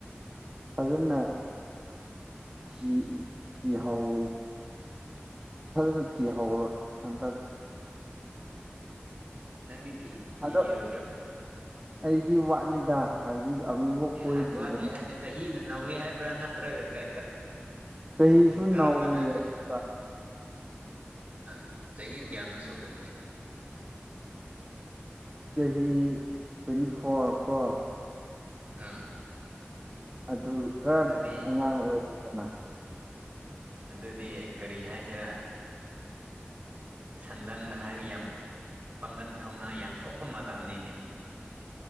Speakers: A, on the right (about 25°); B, on the right (about 40°).
A: ꯑꯗꯨꯖꯅ ꯁꯤ ꯇꯤꯍꯧ ꯐꯖꯅ ꯇꯤꯍꯧꯔꯣꯏ ꯍꯟꯗꯛ
B: ꯅꯪꯗꯤ ꯊꯤ ꯊꯤꯈꯤꯔꯣꯏꯗ꯭ꯔꯣ
A: ꯑꯗꯣ ꯑꯩꯗꯤ ꯋꯥꯠꯂꯤꯗ ꯍꯧꯖꯤꯛ ꯑꯃꯨꯐꯥꯎ
B: ꯑꯦ
A: ꯀꯣꯏꯗ꯭ꯔꯤꯕꯅꯤꯣ
B: ꯋꯥꯠꯂꯤ ꯍꯥꯏꯗꯤ ꯆꯍꯤꯅ ꯅꯧꯋꯤ ꯍꯥꯏꯕ꯭ꯔꯥ ꯅꯠꯇ꯭ꯔꯒ
A: ꯆꯍꯤꯁꯨ
B: ꯀꯔꯝꯕꯅ
A: ꯅꯧꯔꯤ ꯑꯗꯨꯒ
B: ꯑ ꯆꯍꯤꯕꯨ ꯀꯌꯥꯃꯨꯛ ꯁꯨꯒꯠꯄꯦ
A: ꯆꯍꯤ ꯇ꯭ꯋꯦꯟꯇꯤ ꯐꯣꯔ ꯀꯣ
B: ꯑꯥ
A: ꯑꯗꯨ ꯀꯔ
B: ꯑꯗꯨꯗꯤ
A: ꯑꯉꯥꯡ ꯑꯣꯏꯔꯤꯗꯅ
B: ꯑꯗꯨꯗꯤ ꯀꯔꯤ ꯍꯥꯏꯁꯤꯔꯥ ꯁꯟꯗꯪꯗ ꯍꯥꯏꯕ ꯌꯥꯝ ꯄꯥꯡꯒꯟ ꯊꯧꯅꯥ ꯌꯥꯝ ꯊꯣꯛꯄ ꯃꯇꯝꯅꯤꯅꯤ